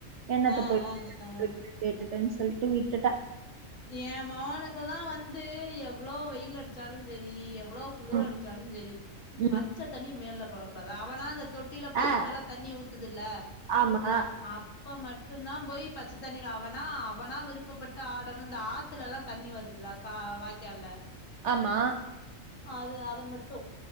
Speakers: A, on the right (about 65°); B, on the left (about 75°).
A: எண்ணத்த
B: ஆ
A: போயி
B: ஆ ஆ
A: <inaudible> ப்ரண்ட்ஸ் சொல்ட்டு வட்டுட்டா
B: எ மவனுக்கெல்லா வந்து எவ்ளோ வெயில் எடுத்து சாலு செரி எவ்ளோ குளிர்
A: ம்
B: அடிச்சாலு செரி
A: ம்
B: பச்ச தண்ணி மேல போடக்கூடாத அவனாது தொட்டியில பைப்லல்லா
A: ஆ
B: தண்ணி ஊத்துதுல்ல
A: ஆமா
B: அப்ப மட்டு தா போய் பச்ச தண்ணில அவனா அவனா விருப்பப்பட்ட ஆடு அந்த ஆத்துலக் நல்ல தண்ணி வருதுலா காவ் வாக்கியால்ல
A: ஆமா
B: அது அத மட்டு